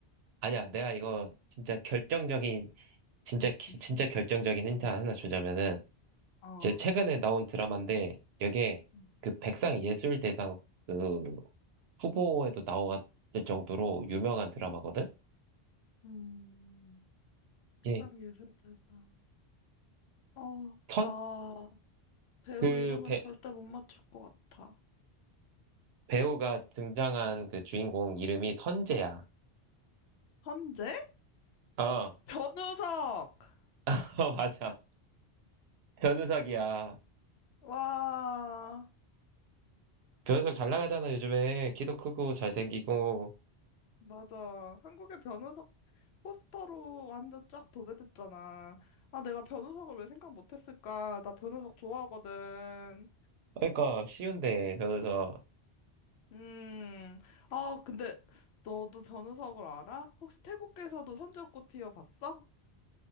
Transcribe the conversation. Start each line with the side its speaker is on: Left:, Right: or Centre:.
Right: 아니야. 내가 이거 진짜 결정적인 진짜 기-
Left: 이-
Right: 진짜 결정적인 힌트 하나 주자면은
Left: 어.
Right: 제 최근에 나온 드라마인데 여기에
Left: 음,
Right: 그 백상예술대상 그 후보에도 나왔을 정도로 유명한 드라마거든.
Left: 음,
Right: 예.
Left: 그음 예술대상. 어,
Right: 선,
Left: 나 배우
Right: 그
Left: 이름은
Right: 배,
Left: 절대 못 맞출 것 같아.
Right: 배우가 등장한 그 주인공 이름이 선재야.
Left: 현재?
Right: 어,
Left: 변우석!
Right: <laughs> 어, 맞아. 변우석이야.
Left: 와,
Right: 변우석 잘 나가잖아, 요즘에. 키도 크고 잘생기고.
Left: 맞아. 한국의 변호석 포스터로 완전 쫙 도배됐잖아. 아, 내가 변호석을 왜 생각 못했을까? 나 변호석 좋아하거든.
Right: 그러니까 쉬운데, 변우석.
Left: 음, 아, 근데 너도 변호석을 알아? 혹시 태국에서도 선지옥고 티어 봤어?